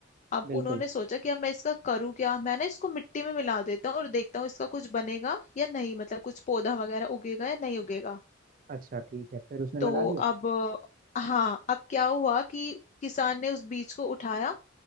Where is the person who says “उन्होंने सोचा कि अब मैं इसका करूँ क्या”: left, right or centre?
Left